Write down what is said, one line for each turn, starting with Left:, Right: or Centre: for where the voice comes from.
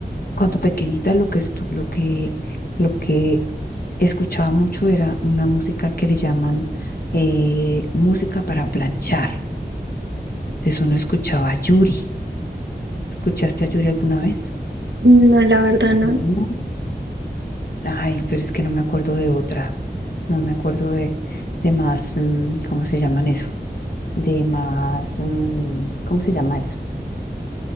Left: cuando pequeñita lo que estu- lo que, lo que escuchaba mucho era una música que le llaman eh, música para planchar. Entonces uno escuchaba a Yuri. ¿Escuchaste a Yuri alguna vez?
Right: No, la verdad no.
Left: No. Ay, pero es que no me acuerdo de otra. No me acuerdo de, de más, mm, ¿cómo se llaman eso? De más, mm, ¿cómo se llama eso?